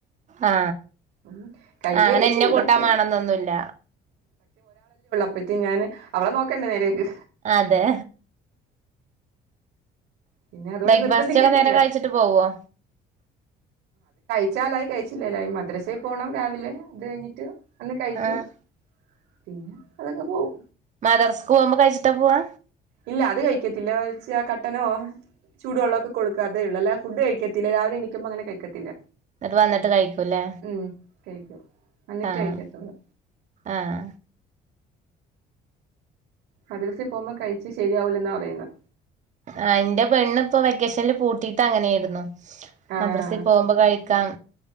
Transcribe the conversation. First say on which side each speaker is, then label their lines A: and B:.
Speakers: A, on the right; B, on the right.
A: ആ
B: ഉം കഴിക്കൊക്കെ
A: ആ അങ്ങനെ ഇന്ന
B: ചെയ്യും
A: കൂട്ടാൻ
B: പക്ഷെ
A: വേണന്നൊന്നുല്ല
B: അപ്പത്തേ ഞാന് അവളെ നോക്കണ്ടേ നേരേക്ക്
A: അതെ
B: പിന്നെ അതുകൊണ്ട്
A: ബ്രേക്ഫാസ്റ്റൊക്കെ
B: നിർബന്ധിക്കത്തില്ല
A: നേരെ കഴിച്ചിട്ട് പോവോ?
B: ച്ചാലായി കഴിച്ചില്ലേലായി മദ്രസേ പോണം രാവിലെ അത് കഴിഞ്ഞിട്ട് അന്ന് കഴിക്കും
A: ആഹ്
B: പിന്നെ അതങ്ങ് പോവും
A: മദർസ്ക്കുമ്പോ കഴിച്ചിട്ടാ പോവാ?
B: ഇല്ല അത് കഴിക്കത്തില്ല, മറിച്ച് ആ കട്ടനോ ചൂടുവെള്ളൊക്കെ കൊടുക്കും അതേ ഉള്ളൂ അല്ലാതെ ഫുഡ് കഴിക്കത്തില്ല രാവിലെ എണിക്കുമ്പോ അങ്ങനെ കഴിക്കത്തില്ല.
A: ന്നിട്ട് വന്നിട്ട് കഴിക്കൂല്ലേ
B: ഉം കഴിക്കും എന്നിട്ടേ
A: ആഹ്
B: കഴിക്കത്തുള്ളൂ
A: ആഹ്
B: മദ്റസേ പോവുമ്പോ കഴി ശരിയാവൂല്ലെന്നാ പറിയുന്നെ.
A: ആ ഇന്റെ പെണ്ണിപ്പൊ വെക്കേഷൻല് പൂട്ടീട്ട് അങ്ങനെയായിരുന്നു.
B: ആഹ്
A: മദ്രസേ പോവുമ്പോ കഴിക്കാം